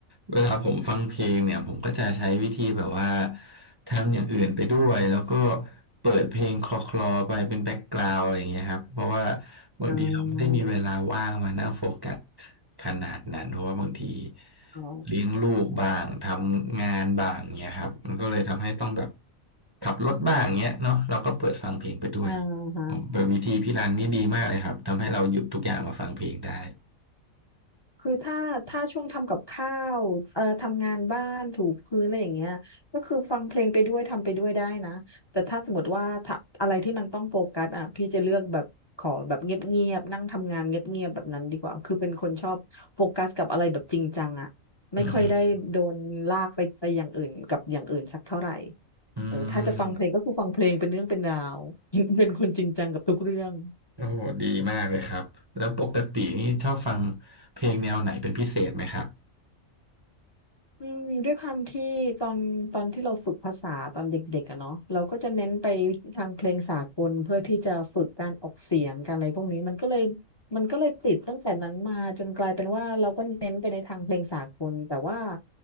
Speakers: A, on the right (about 25°); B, on the left (about 25°).
A: เวลาผมฟังเพลงเนี่ยผมก็จะใช้วิธีแบบว่าทำอย่างอื่นไปด้วยแล้วก็เปิดเพลงคลอคลอไปเป็นแบ็กกราวด์อะไรอย่างเงี้ยครับเพราะว่า
B: <laughs>
A: บางทีเราไม่ได้มีเวลาว่างมานั่งโฟกัส
B: อ่า
A: ขนาดนั้นเพราะว่าบางที
B: อ๋อ
A: เลี้ยงลูกบ้างทำงานบ้างเงี้ยครับมันก็เลยทำให้ต้องแบบขับรถบ้างเงี้ยเนาะเราก็เปิดฟังเพลงไปด้วย
B: อ่าฮะ
A: แบบวิธีพี่รันนี่ดีมากเลยครับทำให้เราหยุดทุกอย่างมาฟังเพลงได้
B: คือถ้าถ้าช่วงทำกับข้าวเอ่อทำงานบ้านถูพื้นอะไรอย่างเงี้ยก็คือฟังเพลงไปด้วยทำไปด้วยได้นะแต่ถ้าสมมติว่าถ้าอะไรที่มันต้องโฟกัสอ่ะพี่จะเลือกแบบขอแบบเงียบๆนั่งทำงานเงียบๆแบบนั้นดีกว่าคือเป็นคนชอบโฟกัสกับอะไรแบบจริงจังอ่ะไม่ค่อยได้โดนลากไปไปอย่างอื่นกับอย่างอื่นสักเท่าไหร่
A: อืมอื
B: เออถ้าจะฟังเพลงก็คือฟังเพลงเป็นเรื่องเป็นราว
A: ม
B: <laughs> เป็นคนจริงจังกับทุกเรื่อง
A: โอ้ดีมากเลยครับแล้วปกตินี่ชอบฟังเพลงแนวไหนเป็นพิเศษไหมครับ
B: อืมด้วยความที่ตอนตอนที่เราฝึกภาษาตอนเด็กๆอะเนาะเราก็จะเน้นไปทางเพลงสากลเพื่อที่จะฝึกการออกเสียงการอะไรพวกนี้มันก็เลยมันก็เลยติดตั้งแต่นั้นมาจนกลายเป็นว่าเราก็เน้นไปในทางเพลงสากลแต่ว่า